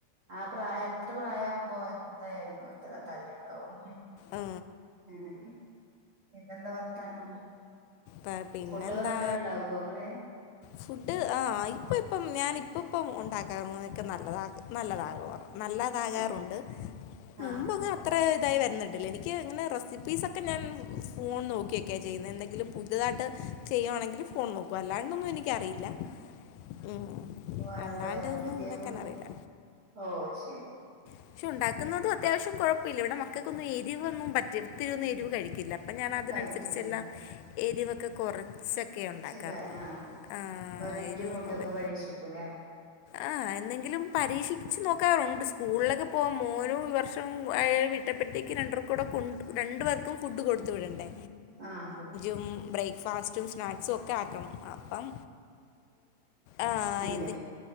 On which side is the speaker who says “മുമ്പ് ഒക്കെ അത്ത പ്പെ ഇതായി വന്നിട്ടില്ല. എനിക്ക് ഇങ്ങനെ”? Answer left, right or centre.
Left